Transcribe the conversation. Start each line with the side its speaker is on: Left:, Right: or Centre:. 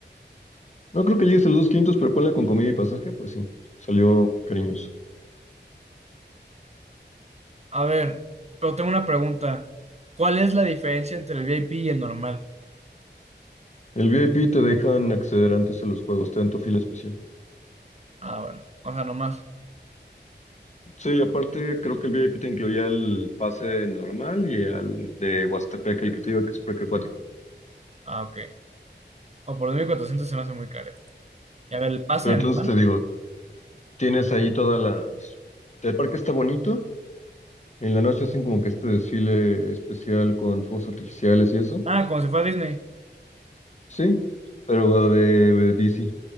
Left: No creo que llegues a los dos quinientos, pero ponle con comida y pasaje, pues sí, salió cariñoso.
Right: A ver, pero tengo una pregunta. ¿Cuál es la diferencia entre el VIP y el normal?
Left: El VIP te dejan acceder antes a los juegos, te dan tu fila especial.
Right: Ah, bueno. O sea, nomás.
Left: Sí, aparte creo que el VIP te incluía el pase normal y al de Huastepec, el que te digo que es parque acuático.
Right: Ah, ok. O por 2.400 se me hace muy caro. Y a ver, ¿el pase
Left: Pero
Right: anual?
Left: entonces te digo, tienes ahí todas las... El parque está bonito, en la noche hacen como que este desfile especial con fuegos artificiales y eso,
Right: Ah, como si fuera Disney.
Left: sí, pero va de de DC.